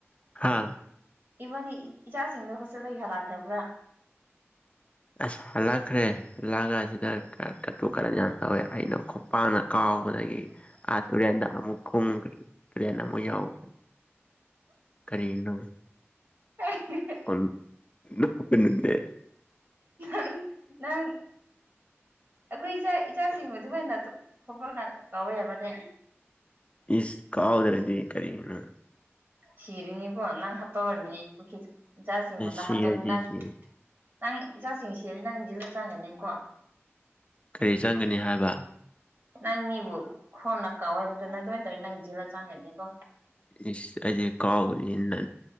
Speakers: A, on the left; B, on the right.
A: ꯍꯥ
B: ꯏꯚꯥꯅꯤ ꯏꯆꯥꯁꯤꯡꯗꯣ ꯍꯣꯁꯇꯦꯜꯗꯒꯤ ꯍꯜꯂꯛꯈ꯭ꯔꯕ꯭ꯔꯥ
A: ꯑꯁ ꯍꯜꯂꯛꯈ꯭ꯔꯦ ꯍꯜꯂꯛꯑꯒ ꯑꯁꯤꯗ ꯀꯇꯨ ꯀꯔꯟ ꯌꯥꯝꯅ ꯇꯧꯋꯦ ꯑꯩꯅ ꯈꯣꯡ ꯄꯥꯛꯅ ꯀꯥꯎꯕꯗꯒꯤ ꯑꯥ ꯇꯨꯔꯦꯟꯗ ꯑꯃꯨꯛ ꯀꯨꯝꯈ꯭ꯔꯦ ꯀ꯭ꯂꯦꯟ ꯑꯃꯨꯛ ꯌꯥꯎꯈꯔꯦ ꯀꯔꯤꯅꯣ
B: <unintelligible>
A: <unintelligible>
B: ꯅꯪ ꯅꯪ ꯑꯩꯈꯣꯏ ꯏꯆꯥ ꯏꯆꯥꯁꯤꯡꯕꯨꯗꯤ ꯗꯨꯃꯥꯏꯅ ꯈꯣꯡꯄꯥꯛꯅ ꯀꯥꯎꯕ ꯌꯥꯕꯅꯦ
A: ꯏꯁ ꯀꯥꯎꯗꯔꯗꯤ ꯀꯔꯤꯅꯣ
B: ꯁꯔꯤꯅꯤꯀꯣ ꯅꯪ ꯍꯥꯥꯠꯇꯣꯛꯔꯅꯤ ꯄꯨꯈꯤ ꯏꯆꯥꯁꯤꯡꯕꯨ ꯅꯪ
A: ꯁꯤꯔꯗꯤ
B: ꯍꯥꯠꯇꯣꯛꯑꯗꯤ ꯅꯪ
A: ꯁꯤ
B: ꯅꯪ ꯏꯆꯥꯁꯤꯡ ꯁꯤꯔꯗꯤ ꯅꯪ ꯖꯦꯜꯗ ꯆꯪꯒꯅꯤꯀꯣ
A: ꯀꯔꯤ ꯆꯪꯒꯅꯤ ꯍꯥꯏꯕ
B: ꯅꯪ ꯃꯤꯕꯨ ꯈꯣꯡꯅ ꯀꯥꯎꯋꯦ ꯍꯥꯏꯕꯗꯣ ꯅꯪ ꯑꯗꯨꯃꯥꯏꯅ ꯇꯧꯔꯤꯅꯤ ꯅꯪ ꯖꯤꯜꯂ ꯆꯪꯒꯅꯤꯀꯣ
A: ꯏꯁ ꯑꯩꯗꯤ ꯀꯥꯎꯒꯅꯤ ꯅꯥ